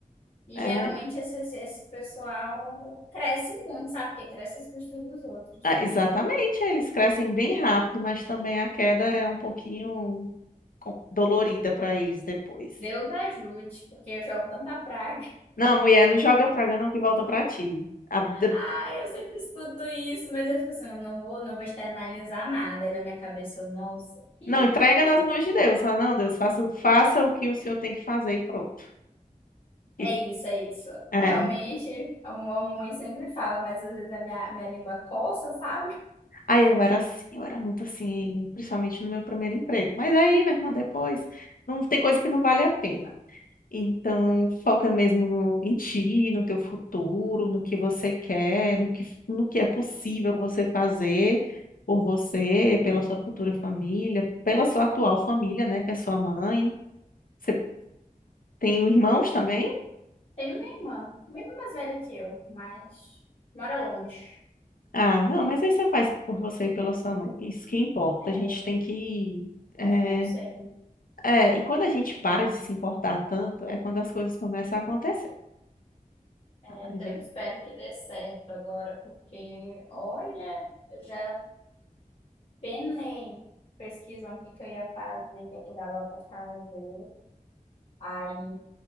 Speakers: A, on the left; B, on the left.
A: E
B: É,
A: geralmente esse, esse pessoal cresce muito, sabe? Porque cresce as custas dos outros.
B: ah, exatamente, eles crescem bem rápido, mas também a queda é um pouquinho com- dolorida para eles depois.
A: Deus ajude, porque eu jogo tanta praga.
B: Não, mulher, não joga praga não que volta para ti. A- de-
A: Ai, eu sempre escuto isso, mas eu fico assim, eu não vou, não vou externalizar nada. Aí na minha cabeça eu, nossa, que,
B: não, entrega
A: que
B: nas
A: maldito.
B: mãos de Deus. Ah, não, Deus, faça, faça o que o senhor tem que fazer e pronto.
A: É
B: E,
A: isso, é isso.
B: é.
A: Realmente, a a mamãe sempre fala, mas às vezes a minha, minha língua coça, sabe?
B: Aí eu era assim, eu era muito assim, principalmente no meu primeiro emprego. Mas aí, minha irmã, depois, não tem coisa que não vale a pena. Então, foca mesmo no, em ti, no teu futuro, no que você quer, no que, no que é possível você fazer por você, pela sua futura família, pela sua atual família, né, que é sua mãe. Você tem irmãos também?
A: <laughs> Tenho uma irmã, bem mais velha que eu, mas mora longe.
B: Ah, não, mas aí você faz por você e pela sua mãe. Isso que importa.
A: É,
B: A gente tem que eh,
A: bom conselho. né?
B: É, e quando a gente para de se importar tanto, é quando as coisas começam a acontecer.
A: É, então,
B: A gente...
A: eu espero que dê certo agora, porque, olha, eu já penei pesquisando o que que eu ia fazer, o que é que dava para fazer. Aí,